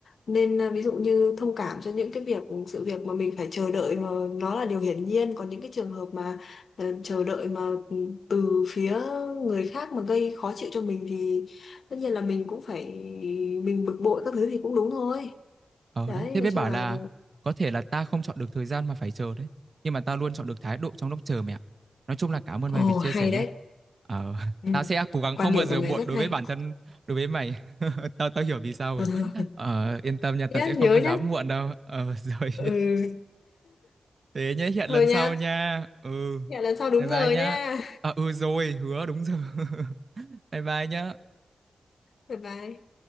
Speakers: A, on the left; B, on the right.
A: nên à, ví dụ như thông cảm cho những cái việc sự việc mà mình phải chờ đợi mà nó là điều hiển nhiên, còn những cái trường hợp mà ờ, chờ đợi mà ừ, từ phía người khác mà gây khó chịu cho mình thì tất nhiên là mình cũng phải mình bực bội các thứ thì cũng đúng thôi.
B: Ờ
A: Đấy,
B: đấy, thế
A: nói
B: biết bảo
A: chung là
B: là có thể là ta không chọn được thời gian mà phải chờ đấy. Nhưng mà ta luôn chọn được thái độ trong lúc chờ mẹ. ạ. Nói chung là cảm ơn
A: Ồ,
B: mày vì chia
A: hay
B: sẻ nhé.
A: đấy.
B: Ờ, <laughs>
A: Ừ.
B: tao sẽ cố gắng
A: Quan
B: không
A: điểm
B: bao giờ
A: của mày
B: muộn
A: rất
B: đối
A: hay.
B: với bản thân, đối với mày. <laughs> Tao tao hiểu vì sao rồi.
A: <laughs>
B: Ờ, yên tâm nha, tao
A: Nhớ
B: sẽ
A: nhớ
B: không có
A: nhá.
B: dám muộn đâu. Ờ, <laughs> rồi.
A: Ừ,
B: Thế nhé, hẹn
A: thôi
B: lần
A: nha.
B: sau nha. Ừ,
A: hẹn lần sau đúng
B: bye bye
A: giờ
B: nhá.
A: nha
B: À, ừ rồi, hứa đúng giờ. <laughs> Bye bye nhá.
A: bye bye